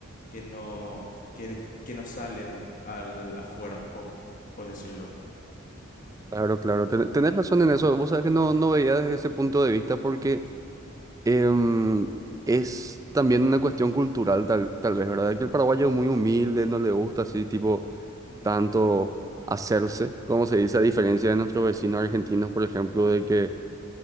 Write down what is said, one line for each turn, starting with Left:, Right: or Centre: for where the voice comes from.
Left: que no, que, que no salen al, afuera, por, por por decirlo.
Right: Claro, claro, ten- tenés razón en eso. Vos sabés que no, no veía desde ese punto de vista porque em, es también una cuestión cultural, tal, tal vez, ¿verdad? Que el paraguayo es muy humilde, no le gusta así, tipo
Left: Ujú,
Right: tanto hacerse, como se dice, a diferencia de nuestros vecinos argentinos, por ejemplo, de que